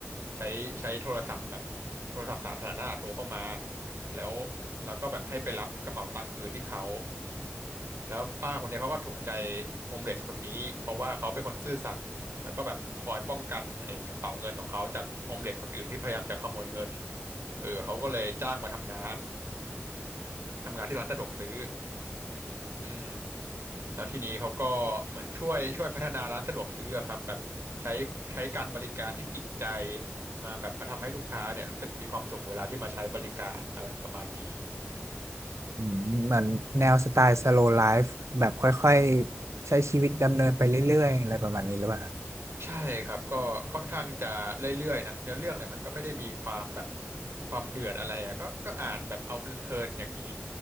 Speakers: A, on the right; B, on the right.
A: ใช้ใช้โทรศัพท์แบบโทรศัพท์สาธารณะโทรเข้ามาแล้วเราก็แบบให้ไปรับกระเป๋าตังค์คืนที่เขาแล้วป้าคนนี้เขาก็ถูกใจโฮมเลสคนนี้เพราะว่าเขาเป็นคนซื่อสัตย์ แล้วก็แบบคอยป้องกันไอ้กระเป๋าเงินของเขาจากโฮมเลสคนอื่นที่พยายามจะขโมยเงินเออเขาก็เลยจ้างมาทำงานทำงานที่ร้านสะดวกซื้ออืมแล้วทีนี้เขาก็เหมือนช่วยช่วยพัฒนาร้านสะดวกซื้ออะครับแบบใช้ใช้การบริการที่จริงใจมาแบบมาทำให้ลูกค้าเนี่ยรู้สึกมีความสุขเวลาที่มาใช้บริการอะไรประมาณนี้
B: อืมเหมือนแนวสไตล์ slow life แบบค่อยๆใช้ชีวิตดำเนินไปเรื่อยๆอะไรประมาณนี้หรือเปล่าครับ
A: ใช่ครับก็ค่อนข้างจะเรื่อยๆนะเนื้อเรื่องเนี่ยมันก็ไม่ได้มีความแบบความเดือดอะไรอ่ะก็ก็อ่านแบบเอาเพลินๆอย่างนี้